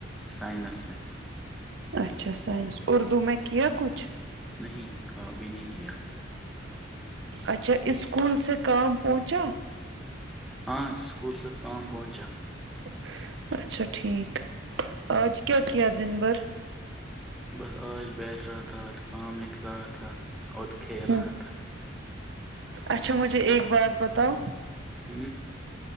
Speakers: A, in the centre; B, on the right.
A: سائنس میں
B: اچھا سائنس اردو میں کیا کچھ
A: نہیں ابھی نہیں کیا
B: اچھا اسکول سے کام پہنچا
A: ہاں اسکول سب کام پہنچا
B: <inaudible>
A: بس آج بیٹھ رہا تھاج کام نکل رہا تھا اورت کھیل
B: ہ
A: رہا تھا
B: اچھا مجھے ایک بات بتاؤ
A: ہوں